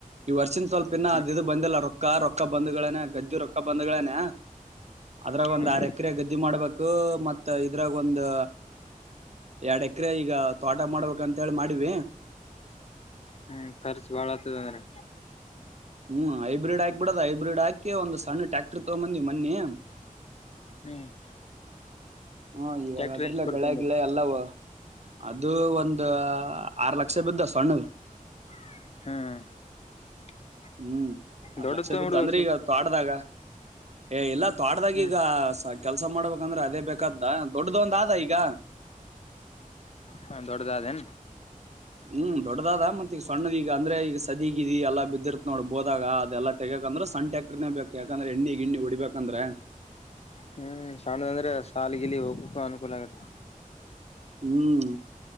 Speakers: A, on the right; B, on the left.
A: ಈ ವರ್ಷಿಂದ ಸ್ವಲ್ಪ ಇನ್ನ
B: ಹ್ಮ್
A: ಅ ಇದ ಬಂದಿಲ್ಲ ರೊಕ್ಕ ರೊಕ್ಕ ಬಂದ್ಗಳೇನ ಗಜ್ಜು ರೊಕ್ಕ ಬಂದ್ಗಳೇನ ಅದ್ರಾಗ ಒಂದ್
B: ಹ್ಮ್
A: ಆರ್ ಎಕರೆ ಗದ್ದಿ ಮಾಡ್ಬೇಕು ಮತ್ ಇದ್ರಾಗ ಒಂದು ಎರಡ್ ಎಕರೆ ಈಗ ತೋಟ ಮಾಡ್ಬೇಕಂತ ಹೇಳಿ ಮಾಡಿವ
B: ಹ್ಮ್ ಖರ್ಚು ಭಾಳ ಆತದ ಅಂದ್ರೆ
A: ಹ್ಮ್ ಹೈಬ್ರಡ್ ಹಾಕ್ಬ ಬಿಡದು ಹೈಬ್ರಿಡ್ ಹಾಿ ಒಂದು ಸಣ್ಣಟಕ್ ಕತ ಮಂದಿ ಮನ್ನೆ
B: ಹ್ಮ್
A: ಹ್ಮ ಇವಾಗ
B: ಟ್ಯಾಕ್ಟರ್
A: ಅದ್ರಲ್ಲ
B: ಎಷ್ಟ ಕೊಡ್ತಂದ್ರ
A: ಳೆ ಗಿಳೆ ಅಲ್ಲವ ಅದು ಒಂದ ಆರು ಲಕ್ಷ ಬಿದ್ದ ಸಣ್ಣದ
B: ಹ್ಮ್
A: ಹ್ಮ್ ಆರ್
B: ದೊಡ್ಡ
A: ಲಕ್ಷ
B: ತಗ್ಬಿಡ್ಬೇಕ
A: ಬಿದ್ದಂದ್ರಿ
B: ಸುಮ್
A: ಈಗ ತ ಆಡ್ದಾಗ ಏ ಇಲ್ಲ ಆಡ್ದಾಗ
B: ಹ್ಮ್
A: ಈಗ ಕೆಲಸ ಮಾಡ್ಬೇಕಂದ್ರೆ ಅದೇ ಬೇಕಾದ ದೊಡ್ಡದೊಂದ ಆದದ ಈಗ
B: ಹ ದೊಡ್ಡದಾದೇನ್
A: ಹ್ಮ್ ದೊಡ್ಡದ ಮತ್ತಗ ಸಣ್ಣದ ಈಗ ಅಂದ್ರೆ ಈಗ ಸದೀಗಿದಿ ಎಲ್ಲ ಬಿದ್ದಿರ್ತ್ ನೋಡ ಬೋದಾಗ ದೆಲ್ಲ ತಗಕಂದ್ರೆ ಸಂಟ್ಯಾಕ್ಟನೆ ಬೇಕು ಯಾಕಂದ್ರೆ ಎಣ್ಣಿಗ್ಿ್ಣಿ ಹೊಡಿಬೇಕಂದ್ರೆ
B: ಹ್ಮ್ ಸಣ್ಣದಂದ್ರೆ ಸಾಲಗಿಲಿ ಹೋಗ್ಕ್ಕು ಅನುಕೂಲ ಆಗತ್ತೆ
A: ಹ್ಮ್